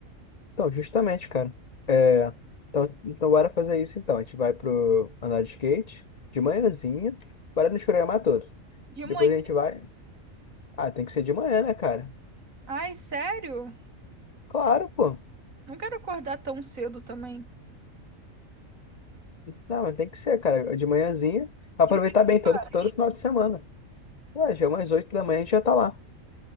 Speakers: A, on the left (about 45°); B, on the right (about 75°).
A: Então, justamente, cara. É, então, então, bora fazer isso então. A gente vai pro andar de skate de manhãzinha, bora nos programar todo.
B: De
A: Depois
B: manhã.
A: a gente vai. Ah, tem que ser de manhã, né, cara?
B: Ai, sério?
A: Claro, pô.
B: Não quero acordar tão cedo também.
A: Não, mas tem que ser, cara. De manhãzinha. Aproveitar
B: De manhã,
A: bem
B: que
A: todo,
B: hora?
A: todo final de semana. Ué, já é umas 8 da manhã a gente já tá lá.